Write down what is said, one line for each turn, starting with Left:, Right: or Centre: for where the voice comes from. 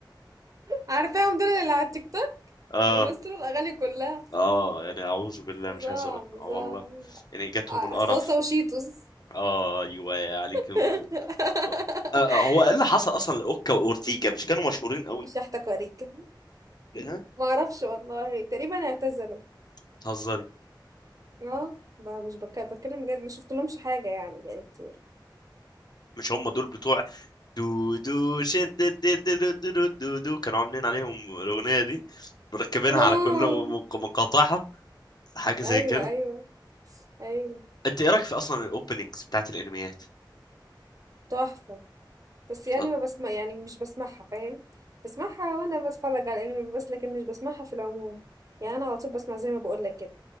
Right: عارفاهم دول اللي على التيك توك
Left: اه
Right: بيمثلوا الأغاني كلها،
Left: اه يعني اعوذ بالله
Right: فظاع،
Left: مش عايز اقول
Right: فظاع،
Left: آه والله يعني جاتهم
Right: ع
Left: القرف
Right: صاصة وشيتوس
Left: اه ايوه عليك
Right: <laughs>
Left: آه، آه، هو ايه اللي حصل اصلا لاوكا واورتيجا مش كانوا مشهورين قوي
Right: مش هاحتكريك
Left: إيه، ها
Right: ما أعرفش والله، تقريبًا اعتزلوا.
Left: بتهزري
Right: آه، ب مش بك باتكلم بجد ما شُفتلهمش حاجة يعني بقى لي كتير.
Left: مش هم دول بتوع دو دو شد دو دو دو دو دو دو كانوا عاملين عليهم الاغنيه دي مركبينها
Right: <laughs> آه،
Left: على كل مق- مقاطعها حاجه زي
Right: أيوه،
Left: كده
Right: أيوه، أيوه،
Left: انت ايه رايك في اصلا الاوبننجز بتاعت الانميات
Right: تحفة. بس
Left: بتهز-
Right: يعني ما باسما يعني مش باسمعها فاهم؟ باسمعها وأنا باتفرّج على الأنمي بس، لكن مش باسمعها في العموم. يعني أنا على طول باسمع زي ما باقول لك كده،